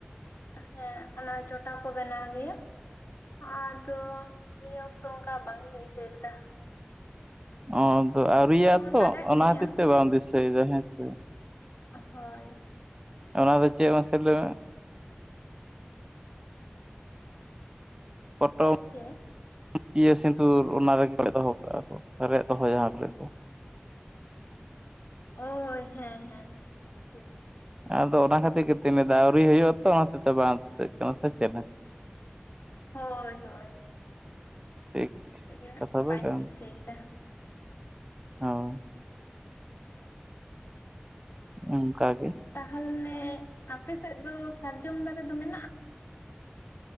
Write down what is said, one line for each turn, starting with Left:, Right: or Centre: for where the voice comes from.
Left: ᱦᱮᱸ ᱚᱱᱟ ᱪᱚᱴᱟ ᱠᱚ ᱵᱮᱱᱟᱣ ᱜᱮᱭᱟ ᱾ ᱟᱫᱚ ᱱᱤᱭᱟᱹ ᱚᱠᱛᱚ ᱚᱱᱠᱟ ᱵᱟᱝ ᱤᱧ ᱩᱭᱦᱟᱹᱨ ᱫᱟ ᱾
Right: ᱚᱫᱚ ᱟᱹᱣᱨ ᱨᱮᱭᱟᱜ ᱛᱚ
Left: ᱞᱟᱜᱟᱜ
Right: ᱚᱱᱟ
Left: ᱜᱮᱭᱟ
Right: ᱦᱚᱛᱮᱫ ᱛᱮ ᱵᱟᱢ ᱫᱤᱥᱟᱹᱭᱮᱫᱟ ᱦᱮᱸᱥᱮ᱾
Left: ᱦᱚᱭ᱾
Right: ᱚᱱᱟ ᱫᱚ ᱪᱮᱫ ᱢᱟᱥᱮ ᱞᱟᱹᱭ ᱢᱮ? <unintelligible>
Left: ᱪᱮᱫ?
Right: ᱠᱤᱭᱟᱹ ᱥᱤᱸᱫᱩᱨ ᱚᱱᱟ ᱨᱮᱜᱮ ᱠᱚ ᱫᱚᱦᱚ ᱠᱟᱜᱼᱟ ᱠᱚ, ᱨᱮᱫ ᱫᱚᱦᱚ ᱡᱟᱦᱟᱸ ᱠᱚᱨᱮ ᱠᱚ᱾
Left: ᱳᱭ ᱦᱮᱸ, ᱦᱮᱸ, ᱦᱮᱸ ᱴᱷᱤᱠ᱾
Right: ᱟᱫᱚ ᱚᱱᱟ ᱠᱷᱟᱹᱛᱤᱨ ᱜᱮ ᱛᱤᱱᱟᱹᱜ ᱟᱹᱣᱨᱤ ᱦᱩᱭᱩᱜᱼᱟᱛᱚ ᱚᱱᱟ ᱛᱚ ᱵᱟᱝ ᱫᱤᱥᱟᱹᱜ ᱠᱟᱱᱟ ᱥᱮ ᱪᱮᱫᱮ?
Left: ᱦᱳᱭ-ᱦᱳᱭ
Right: ᱴᱷᱤᱠ
Left: ᱚᱱᱟ ᱛᱮᱜᱮ
Right: ᱠᱟᱛᱷᱟ ᱫᱚ
Left: ᱵᱟᱹᱧ
Right: ᱠᱟᱱ
Left: ᱫᱤᱥᱟᱹᱭ ᱫᱟ ᱾
Right: ᱦᱚᱸ᱾ ᱚᱱᱠᱟᱜᱮ
Left: ᱛᱟᱦᱚᱞᱮ ᱟᱯᱮᱥᱮᱫ ᱫᱚ ᱥᱟᱨᱡᱚᱢ ᱫᱟᱨᱮ ᱫᱚ ᱢᱮᱱᱟᱜᱼᱟ?